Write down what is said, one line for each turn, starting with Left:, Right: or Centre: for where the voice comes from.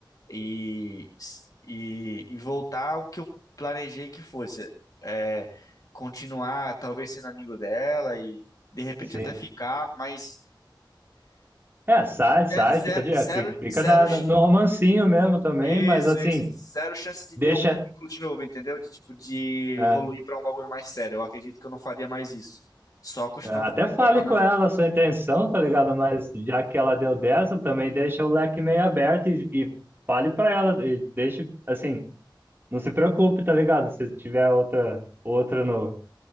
Left: e, e, e voltar ao que eu planejei que fosse, é, continuar talvez sendo amigo dela e de repente
Right: sim.
Left: até ficar, mas
Right: É, sai, sai,
Left: ze- zero,
Right: fica, de,
Left: zero,
Right: é, fica, fica
Left: zero,
Right: na, no no romancinho mesmo também,
Left: Isso,
Right: mas assim,
Left: isso. Zero chance de
Right: deixa.
Left: ter um vínculo de novo, entendeu? De tipo, de
Right: é.
Left: evoluir pra um bagulho mais sério. Eu acredito que eu não faria mais isso. Só continuar
Right: É, Até
Left: ficando
Right: fale
Left: com ela mesmo.
Right: com ela a sua intenção, tá ligado? Mas já que ela deu dessa, também deixa o leque meio aberto e, e fale pra ela. E deixe, assim, não se preocupe, tá ligado? Se tiver outra, outra no,